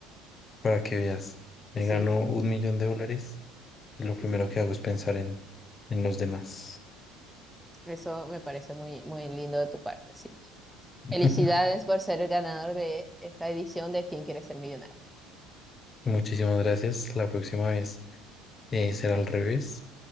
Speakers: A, on the left (about 35°); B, in the centre.
A: para que veas. Me
B: Sí,
A: gano un millón de dólares y lo primero
B: sí,
A: que hago es pensar en, en los demás.
B: eso me parece muy, muy lindo de tu parte. Sí.
A: <laughs>
B: Felicidades por ser el ganador de esta edición de quién quiere ser millonario.
A: Muchísimas gracias. La próxima vez eh, será al revés.